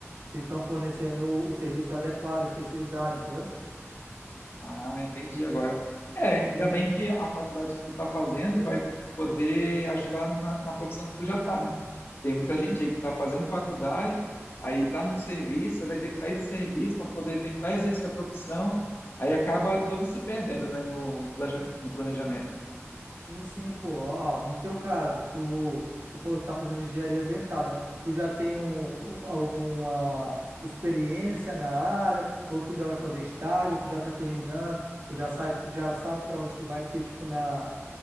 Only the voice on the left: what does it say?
Ah, entendi agora. É, ainda bem que a faculdade que tu tá fazendo vai poder ajudar na, na profissão que tu já tá, né? Tem muita
gente aí que tá fazendo faculdade, aí tá num serviço, aí vai ter que sair do serviço para poder tentar exercer a profissão, aí acaba todo se perdendo, né, no, planeja- no planejamento.